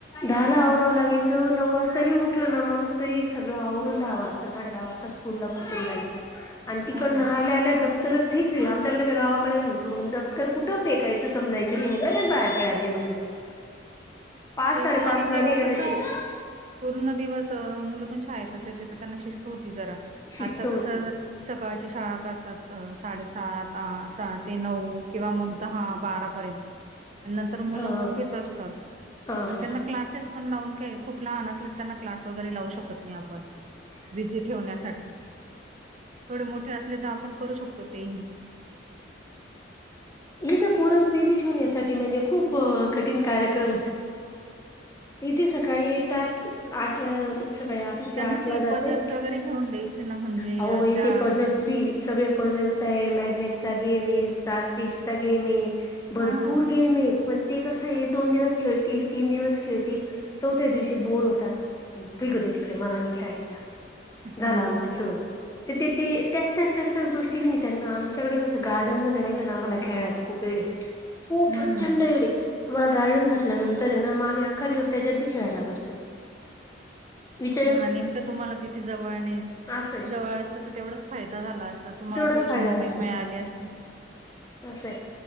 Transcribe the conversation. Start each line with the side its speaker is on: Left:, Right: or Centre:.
Left: दहा ला आवराय व लागायचं नऊ वाजता उठते उठलो ना माणूस तरी सगळं आवरून साडेदहा वाजता स्कूलला पोचून जायचं आणि तिकडंन
Right: हो
Left: आल्या आल्या दप्तर फेकली आमच्याकडे तर गावाकडे राहायचं दप्तर कुठे फेकायचं समजायचं नाही लगेच बाहेर बाहेर खेळायला निघून जायचो पाच
Right: ते
Left: साडेपाच
Right: पण आणि
Left: ला
Right: तेव्हा
Left: निघाले
Right: कस
Left: तरी
Right: पूर्ण दिवस मुलं ते पण शाळेत असायचे त्यांना शिस्त होती ती जरा
Left: शिस्त
Right: आता
Left: होती
Right: कस सकाळची शाळा करतात साडे सात आठ दहा ते नऊ किंवा मग दहा बारापर्यंत नंतर मुल
Left: हा
Right: मोकळीच असतात
Left: हा हा
Right: आणि त्यांना कलाससेस लावून काही खूप लहान असले त्यांना क्लास दिवा वगैरे लावू शकत नाही आपण विजे ठेवण्यासाठी थोडे मोठे असले तर आपण करू शकतो तेही.
Left: इथे पोर बीजे टेवण्यासाठी त्या साठी म्हणजे खूप कठीण कार्यक्रम इथे सकाळी येतात आटला सकाळी आठ
Right: त्यांना
Left: आठ
Right: ते
Left: ला जाते
Right: पझल्स वगैरे घेऊन द्यायचे ना म्हणजे
Left: अहोबाई
Right: अ, त्या
Left: ते पझल्स
Right: तिथं
Left: बी सगळे पझल्स आहे मॅग्नेट चा गेम आहे स्टार फिश चा गेम आहे भरपूर
Right: हा
Left: गेम आहे पण ते कसं आहे दोन दिवस खेळतील तीन दिवस खेळतील चौथ्या दिवशी बोर होतात फेकूदे तिकडे मला नाही खायचा. झाला
Right: हम्म,
Left: आमचा खेळून त ति ती त्याच त्याच त्यास त्याच गोष्टी किवी मी त्यांना आमच्याकडे कस गार्डनमध्ये राहिलं ना आम्हाला खेळायचं खूप वेडे खूप
Right: हम्म.
Left: प्रचंड येडे तुम्हाला गार्डन म्हटल्या नंतरेना मग आम्ही अख्खा दिवस त्याच्यात बी खेळायला बसतो. विचार
Right: हो ना नेमकं तुम्हाला तिथे जवळ नाही
Left: असं आहे.
Right: जवळ असत तर तेवढाच फायदा झाला असता तुम्हाला
Left: त्याचाच
Right: थोडीशी
Left: फायदा
Right: मोकळीक
Left: झाला
Right: मिळाली
Left: असता
Right: असती.
Left: असय